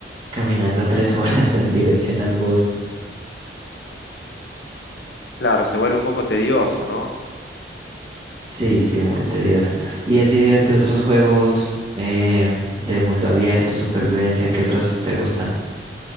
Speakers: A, on the right (about 30°); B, on the left (about 70°).
A: caminando tres <laughs> horas en dirección al boss.
B: Claro, se vuelve un poco tedioso, ¿no?
A: Sí, sí, muy tedioso. Y así de, de otros juegos eh, de mundo abierto, supervivencia, ¿qué otros te gustan?